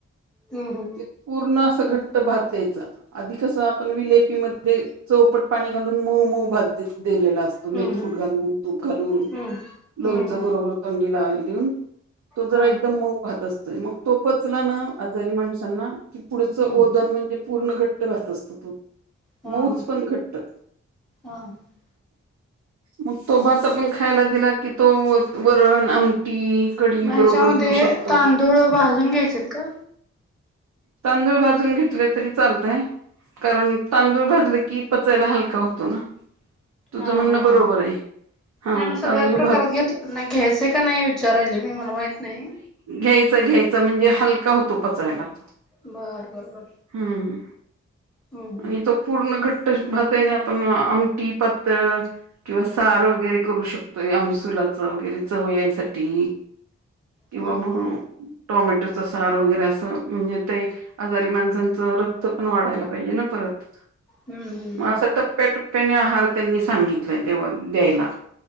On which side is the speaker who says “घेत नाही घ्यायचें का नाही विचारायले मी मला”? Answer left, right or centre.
Centre